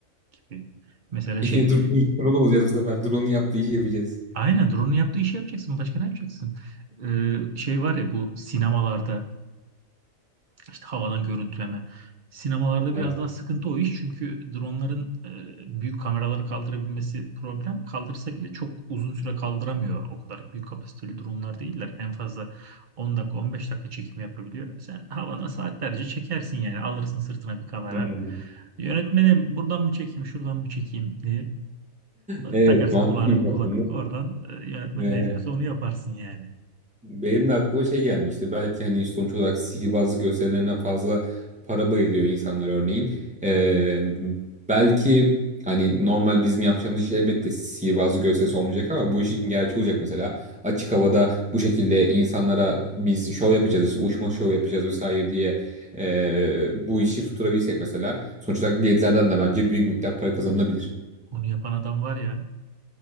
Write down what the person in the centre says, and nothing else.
yine
dur, dur, drone olacağız bu sefer. Drone'un yaptığı işi yapacağız.
Evet,
<laughs>
Hmm.
Evet,
mantıklıymış
aslında.
Ee,
Benim de aklıma şey gelmişti. Belki hani sonuç olarak sihirbazlık gösterilerine fazla para bayılıyor insanlar örneğin. Ee, belki hani normal bizim yapacağımız iş elbette sihirbazlık gösterisi olmayacak ama bu işin gerçeği olacak mesela. Açık havada bu şekilde insanlara biz şov yapacağız işte uçma şov yapacağız vesaire diye ee, bu işi tutturabilsek mesela sonuç olarak biletlerden de bence büyük miktar para kazanılabilir.